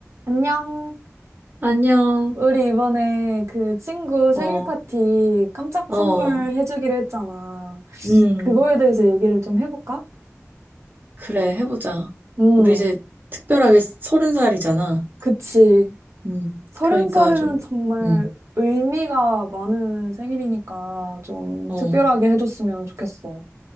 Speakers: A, on the right; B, on the right.
A: 안녕.
B: 안녕.
A: 우리 이번에 그 친구 생일
B: 어,
A: 파티 깜짝
B: 어,
A: 선물
B: 어.
A: 해주기로 했잖아.
B: 음,
A: 그거에 대해서 얘기를 좀 해볼까?
B: 그래, 해보자.
A: 음,
B: 우리 이제 특별하게 서른 살이잖아.
A: 그치.
B: 음,
A: 서른
B: 그러니까
A: 살은
B: 좀,
A: 정말
B: 음,
A: 의미가 많은 생일이니까 좀
B: 어,
A: 특별하게 해줬으면 좋겠어.